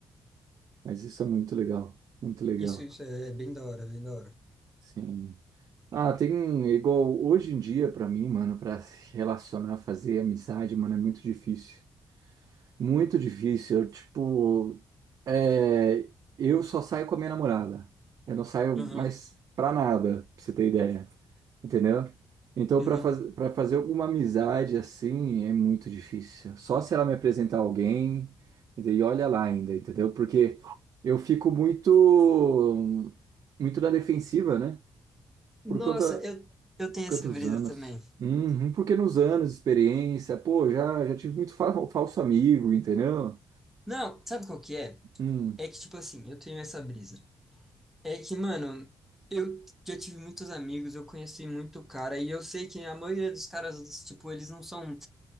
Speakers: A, on the right (about 45°); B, in the centre.
A: Mas isso é muito legal, muito legal.
B: Isso, isso é bem da hora, bem da hora.
A: Sim. Ah, tem igual hoje em dia pra mim, mano, pra se relacionar, fazer amizade, mano, é muito difícil. Muito difícil. Eu, tipo, É, eu só saio com a minha namorada. Eu não saio
B: Aham,
A: mais pra nada, pra você ter ideia. Entendeu? Então,
B: uhum.
A: pra faz, para fazer alguma amizade assim, é muito difícil. Só se ela me apresentar alguém, entendeu? e olha lá ainda, entendeu? Porque eu fico muito, muito na defensiva, né?
B: Nossa,
A: Por conta,
B: eu, eu tenho
A: quantos
B: essa brisa
A: anos?
B: também.
A: Uhum, porque nos anos, de experiência, pô, já, já tive muito fa- falso amigo, entendeu?
B: Não, sabe qual que é?
A: Hum,
B: É que, tipo assim, eu tenho essa brisa. É que, mano, eu já tive muitos amigos, eu conheci muito cara, e eu sei que a maioria dos caras, tipo, eles não são